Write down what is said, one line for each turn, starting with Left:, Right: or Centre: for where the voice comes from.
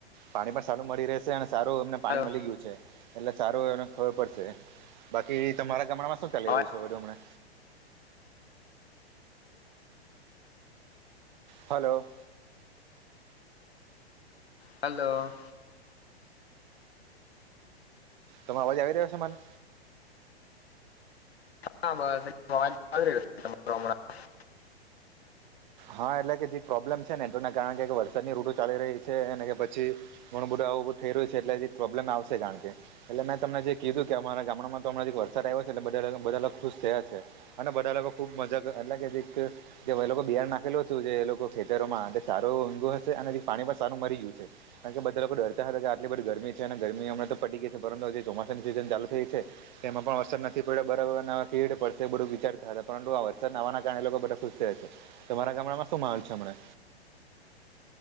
Right: પાણી પણ સારું મળી રહેશે અને સારુ એમને પાણી
Left: હલો
Right: મળી ગયું છે, એટલે સારુ, એને ખબર પડશે બાકી તમારા ગામડામાં શું ચાલી
Left: અવાજ
Right: રહ્યું છે, બધું હમને હલો
Left: હલો
Right: તમરો અવાજ આવી રહ્યો છે મને
Left: હા બસ તમારો આવાજ આવી રહ્યો છે તમારો હમણાં
Right: હા એટલે કે જે પ્રોબ્લેમ છે ને તેના કારણે કે વરસાદની ઋતુ ચાલી રહી છે અને કે પછી ઘણું બધું આવું બધું થઈ રહ્યું છે એટલે હજી પ્રોબ્લેમ આવશે કારણ કે એટલે મેં તમને જે કીધું કે અમારા ગામડામાં તો હમણાં વરસાદ આઇવો છે એટલે બા બધા લોકો ખુશ થયા છે અને બધા લોકો ખુબ મજા એટલે કે જે જે લોકો બિહાર ના લું હતું જે એ લોકો ખેતરોમાં સારું ઊઘો હશે અને પાણી પણ સાર મરી ગયું છે. કારણ કે બધા લોકો ડરતા આટલી બધ ગરમી છે અને ગરમી હમણા તો પડી ગઈ છે. પરંતુ હ જે ચોમાસાની સીઝન ચાલુ થઈ છે તેમાં પણ અસર નથી ડા બરાબ નવા કીડ પડશે એ બધું વિચારતા હતા. પરંતુ આ વરસાદ નવાના કારણે લોકો બધા ખુશ થયા છે. તમારા ગામડામાં શું માહોલ છે હમને?